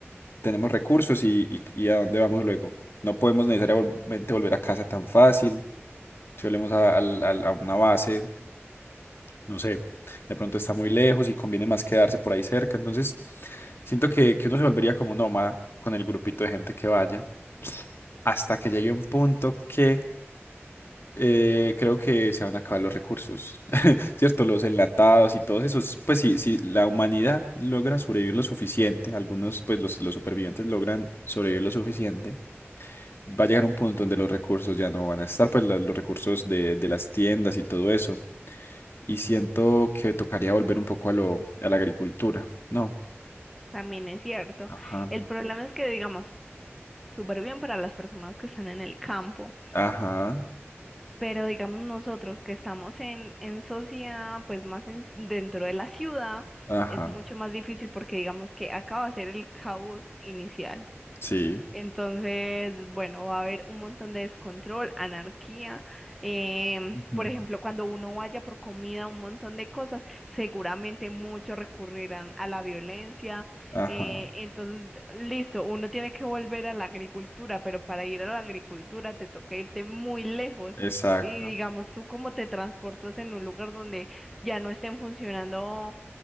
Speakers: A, on the left; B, in the centre.
A: tenemos recursos y, y- y a dónde vamos luego. No podemos necesariamente volver a casa tan fácil. Si volvemos a, al- al- a una base, no sé, de pronto está muy lejos y conviene más quedarse por ahí cerca. Entonces, siento que, que uno se volvería como nómada con el grupito de gente que vaya, hasta que llegue
B: sí,
A: un punto que eh, creo que se van a acabar los recursos, <laughs> ¿cierto? Los enlatados y todos esos. Pues sí, si la humanidad logra sobrevivir lo suficiente, algunos, pues los, los supervivientes logran sobrevivir lo suficiente va a llegar un punto donde los recursos ya no van a estar, pues la- los recursos de, de las tiendas y todo eso. Y siento que tocaría volver un poco a lo, a la agricultura, ¿no?
B: también es cierto.
A: Ajá,
B: El problema es que, digamos, súper bien para las personas que están en el campo,
A: ajá,
B: pero digamos nosotros que estamos en, en sociedad, pues más en- dentro de la ciudad,
A: ajá,
B: es mucho más difícil porque digamos que acaba de ser el caos inicial.
A: sí,
B: Entonces, bueno, va a haber un montón de descontrol, anarquía. em,
A: Ujú.
B: por ejemplo, cuando uno vaya por comida, un montón de cosas, seguramente muchos recurrirán a la violencia.
A: ajá,
B: eh, entonces, listo, uno tiene que volver a la agricultura, pero para ir a la agricultura te toca irte muy lejos.
A: exacto,
B: Y digamos, tú cómo te transportas en un lugar donde ya no estén funcionando